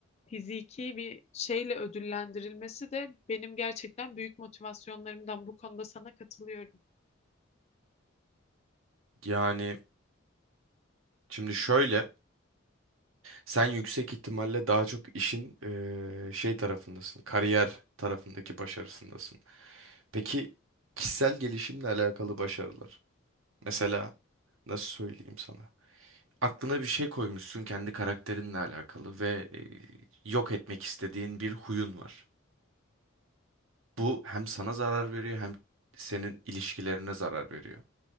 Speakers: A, on the left; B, on the right.
A: fiziki bir şeyle ödüllendirilmesi de benim gerçekten büyük motivasyonlarımdan. Bu konuda sana katılıyorum.
B: Yani şimdi şöyle, sen yüksek ihtimalle daha çok işin eee, şey tarafındasın, kariyer tarafındaki başarısındasın. Peki kişisel gelişimle alakalı başarılar. Mesela nasıl söyleyeyim sana? Aklına bir şey koymuşsun kendi karakterinle alakalı ve eee, yok etmek istediğin bir huyun var. Bu hem sana zarar veriyor hem senin ilişkilerine zarar veriyor.